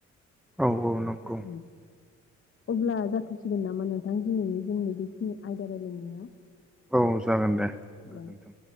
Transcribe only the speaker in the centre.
औ औ नंगौ
औ जागोन दे गोजोनथों